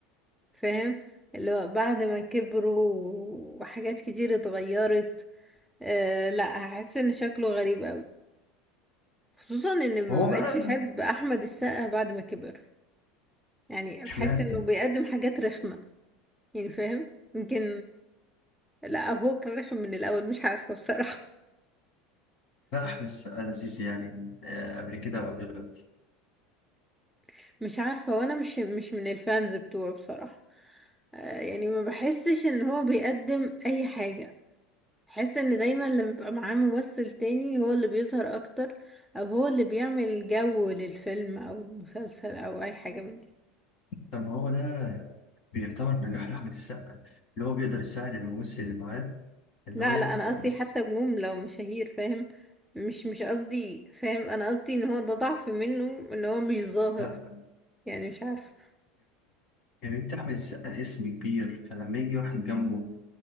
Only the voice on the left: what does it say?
ما
هو
بقى
اشمعنى؟
لا أحمد السقا لذيذ يعني آه، قبل كده أو دلوقتي
طب ما هو ده بيعتبر نجاح لأحمد السقا اللي هو بيقدر يساعد الممثل اللي معاه اللي
هو يبقى
كويس.
لا
يعني انت احمد السقا اسم كبير فلما يجي واحد جنبه